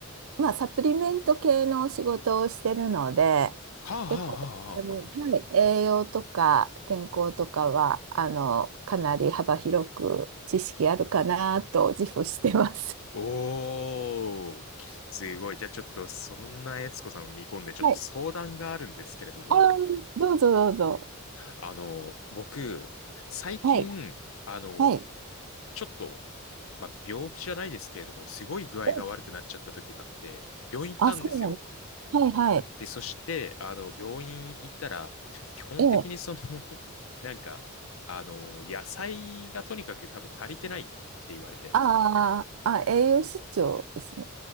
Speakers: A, on the right; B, on the left.
A: まあ、サプリメント系の仕事をしてるので、
B: はあはあはあはあはあ。
A: 結構、あの、はい、栄養とか健康とかは、あの、かなり幅広く知識あるかなと自負してます。
B: おー、すごい。じゃあちょっと、そんなえつこさんを見込んで、ちょっと相談があるんですけれども、
A: <laughs> はい。あー、どうぞどうぞ。
B: あの、僕、最近、
A: はい、
B: あの、
A: はい。
B: ちょっと、まあ、病気じゃないですけれども、すごい具合が悪くなっちゃった時があって、
A: え
B: 病院行ったんですよ。
A: あ、そうなの。はい、はい。
B: で、そして、あの、病院行ったら、基本的にその
A: ええ。
B: <laughs> なんか、あの、野菜がとにかく多分足りてないって言われて、
A: あーあ、栄養失調ですね。